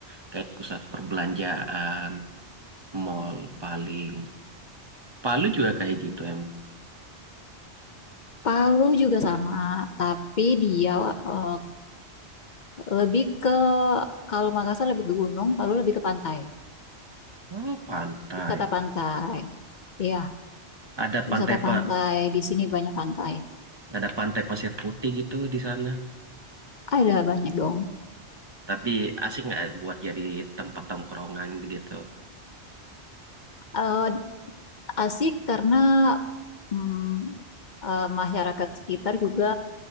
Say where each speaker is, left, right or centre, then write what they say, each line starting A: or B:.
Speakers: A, on the right; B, on the left.
A: Kayak pusat perbelanjaan, mall paling. Palu juga kayak gitu emang.
B: Palu juga sama, tapi dia eh, lebih ke kalau Makassar lebih ke gunung, Palu lebih ke pantai,
A: Oh, pantai.
B: wisata pantai. Iya,
A: Ada pantai
B: wisata
A: Pak,
B: pantai. Di sini banyak pantai.
A: ada pantai pasir putih gitu di sana.
B: Ada banyak dong.
A: Tapi asik nggak buat jadi tempat tongkrongan gitu.
B: Eh, asik karena mm, eh, masyarakat sekitar juga